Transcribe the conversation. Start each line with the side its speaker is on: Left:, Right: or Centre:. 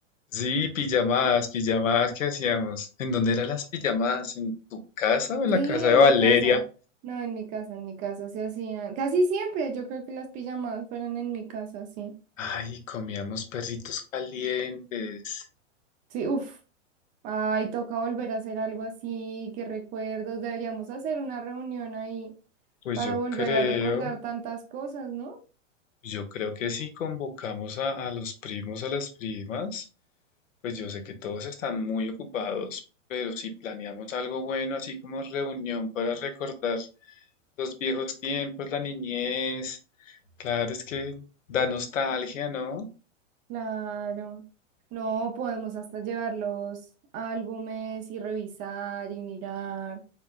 Left: Sí, pijamadas, pijamadas que hacíamos. ¿En dónde eran las pijamadas? ¿En tu casa o en
Right: Sí,
Left: la casa
Right: en
Left: de Valeria?
Right: mi casa. No, en mi casa, en mi casa se hacían. Casi siempre, yo creo que las pijamadas fueran en mi casa, sí.
Left: Ay, comíamos perritos calientes.
Right: Sí, uff. Ay, toca volver a hacer algo así, qué recuerdos. Deberíamos hacer una reunión ahí
Left: Pues
Right: para
Left: yo
Right: volver
Left: creo.
Right: a recordar tantas cosas, ¿no?
Left: Yo creo que si convocamos a, a los primos, a las primas, pues yo sé que todos están muy ocupados, pero si planeamos algo bueno, así como reunión para recordar los viejos tiempos, la niñez, claro, es que da nostalgia, ¿no?
Right: Claro. No, podemos hasta llevar los álbumes y revisar y mirar.